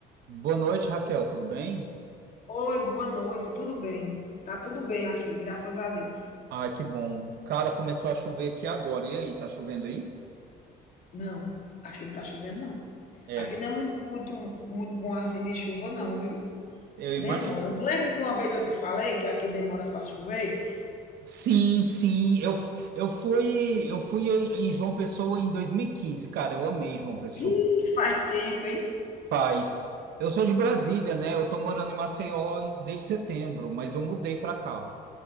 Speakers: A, on the right; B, on the left.
A: Boa noite, Raquel, tudo bem?
B: Oi, boa noite, tudo bem? Tá tudo bem aqui, graças a Deus.
A: Ah, que bom. Cara, começou a chover aqui agora. E aí, tá chovendo aí?
B: Não, aqui não tá chovendo, não.
A: É,
B: Aqui não é muito, muito, muito bom assim de chuva, não, viu?
A: eu imagino.
B: Demora. Lembra que uma vez eu te falei que aqui demora para chover?
A: Sim, sim. Eu, eu fui, eu fui em em João Pessoa em 2015. cara. Eu amei João Pessoa.
B: Ih, faz tempo, hein?
A: Faz. Eu sou de Brasília, né? Eu tô morando em Maceió em- desde setembro, mas eu mudei pra cá.